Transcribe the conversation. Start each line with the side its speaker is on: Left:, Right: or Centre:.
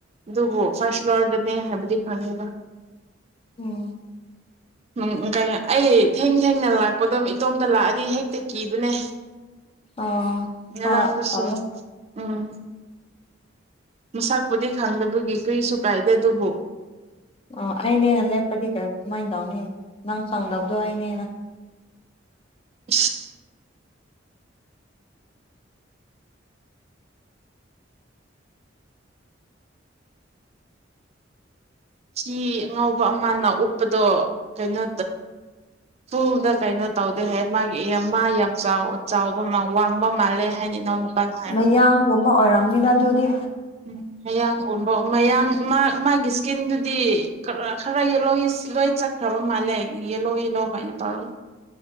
Right: ꯑꯗꯨꯕꯨ ꯐꯥꯔꯁ ꯐ꯭ꯂꯣꯔꯗꯅꯦ ꯍꯥꯏꯕꯗꯤ ꯐꯪꯉꯦꯕ꯫
Left: ꯎꯝ꯫
Right: ꯎꯝ ꯀ ꯑꯩ ꯊꯦꯡ꯫ ꯊꯦꯡꯅ ꯂꯥꯛꯄꯗꯣꯝ ꯏꯇꯣꯝꯇ ꯂꯥꯛꯑꯗꯤ ꯍꯦꯛꯇ ꯀꯤꯕꯅꯦ꯫
Left: ꯑꯣ
Right: ꯉꯔꯥꯡꯗꯨꯁꯨ꯫
Left: ꯍꯣꯏ ꯇꯜꯂꯦ
Right: ꯎꯝ꯫ ꯃꯁꯛꯄꯨꯗꯤ ꯈꯪꯗꯕꯒꯤ ꯀꯔꯤꯁꯨ ꯀꯥꯏꯗꯦ ꯑꯗꯨꯕꯨ꯫
Left: ꯑꯣ ꯑꯩꯅꯦꯅ ꯂꯦꯞꯄꯗꯤ ꯀꯔꯝ꯫ ꯀꯃꯥꯏꯅ ꯇꯧꯅꯤ ꯅꯪ ꯈꯪꯗꯕꯗꯣ ꯑꯩꯅꯦꯅ꯫
Right: ꯏꯁ꯫ ꯁꯤ ꯑꯉꯥꯎꯕ ꯑꯃꯅ ꯎꯞꯄꯗꯣ ꯀꯩꯅꯣ ꯐꯨꯜꯗ ꯀꯩꯅꯣ꯫ ꯇꯧꯗꯦ ꯍꯥꯏ ꯃꯥꯒꯤ ꯃꯥ ꯌꯥꯝ ꯆꯥꯎꯕ ꯋꯥꯡꯕ ꯃꯥꯜꯂꯦ ꯍꯥꯏꯅ ꯏꯅꯥꯎꯅꯨꯄꯥꯅ ꯍꯥꯏꯔꯕ꯫
Left: ꯃꯌꯥꯡꯒꯨꯝꯕ ꯑꯣꯏꯔꯝꯅꯤꯗ ꯑꯗꯨꯗꯤ
Right: ꯎꯝ ꯃꯌꯥꯡꯒꯨꯝꯕ꯫ ꯃꯌꯥꯡ ꯃꯥꯒꯤ ꯏꯁꯀꯤꯟꯗꯨꯗꯤ ꯈꯔ ꯌꯦꯂꯣꯌꯤꯁ ꯂꯣꯏ ꯆꯠꯈ꯭ꯔꯕ ꯃꯥꯜꯂꯦ ꯌꯦꯂꯣ ꯌꯦꯂꯣ꯫ ꯅ ꯇꯧꯔ꯫